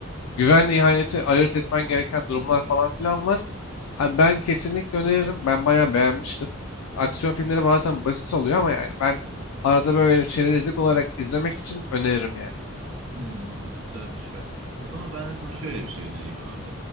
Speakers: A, on the left (about 85°); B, on the right (about 70°).
A: Güvenle ihaneti ayırt etmen gereken durumlar falan filan var. Abi ben kesinlikle öneririm. Ben bayağı beğenmiştim. Aksiyon filmleri bazen basit oluyor ama yani ben arada böyle çerezlik olarak izlemek için öneririm yani.
B: Hmm, güzelmiş bak. O zaman ben de sana şöyle bir şey önereyim abi.